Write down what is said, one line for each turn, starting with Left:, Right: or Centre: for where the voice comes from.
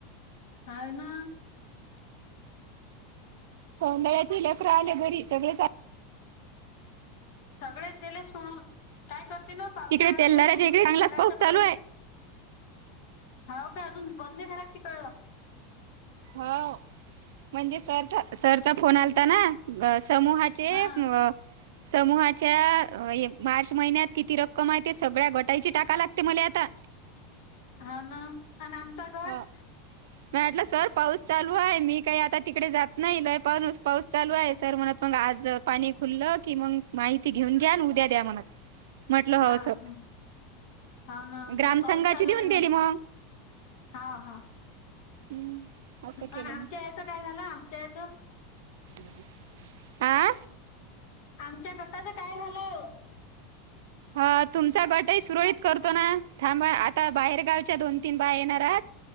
Left: हाय ना.
Right: सौदळ्याच लेकर आले, घरी सगळेच.
Left: सगळेच दिले सोडून काय करते ना, पावसाळ्याचे
Right: इकडे तेलदाऱ्याच्या
Left: ठेवून
Right: इकडे चांगलाच
Left: संध्याकाळच्या
Right: पाऊस चालू
Left: कळे.
Right: आहे
Left: हाव का अजून बंद नी झाला तिकळलं.
Right: हाव म्हणजे सर सरचा फोन आलता ना ग समूहात ते
Left: हा
Right: मुआ समूहाच्या मार्च महिन्यात किती रक्कम आहे ते, सगळ्या गटायची टाका लागते मला आता.
Left: हाव ना आणि आमचा गट
Right: हो मी म्हटलं सर पाऊस चालू आहे मी काही आता तिकडे जात नाही लय पारुस पाऊस चालू आहे सर म्हणत मग आज पाणी खुललं कि मग, माहिती घेऊन घ्या उद्या द्या म्हणत. म्हटलं
Left: हा
Right: हो सर
Left: हा हाव ना
Right: ग्रामसंघाची
Left: लय पाऊस चालू
Right: देऊन
Left: आहे ना.
Right: दिली मग
Left: हा हा
Right: हम्म असं केलं
Left: आणि आमच्या
Right: मग
Left: याचं काय झालं आमच्या याचं.
Right: <inaudible> आ
Left: आमच्या गटाचं काय झालं.
Right: ह तुमचा गटही सुरळीत करतो ना थांबा आ ता बाहेरगावच्या दोन-तीन बाय येणार आहात